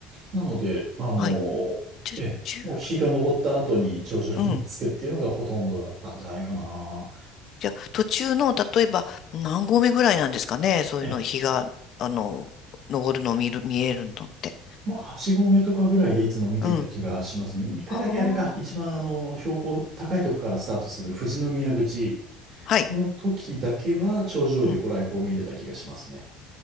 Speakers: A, on the right; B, on the left.
A: なので、あのーええ、
B: はい。じゃ、ち
A: もう日が昇った後に頂上に着くっていうのがほとんどだったんじゃないかな。
B: ううん。じゃあ、途中の、例えば、何合目ぐらいなんですかねそういうの、
A: ええ
B: 日が、あの、昇るのを見る、見えるのって。
A: まあ、8合目とかぐらいでいつも見ていた気がしますね。
B: うん。
A: 一回だけあれか、
B: あ
A: 一番あの、
B: あ。
A: 標高高いとこからスタートする富士宮口
B: はい。
A: の時だけは頂上でご来光見れた気がしますね。
B: うん。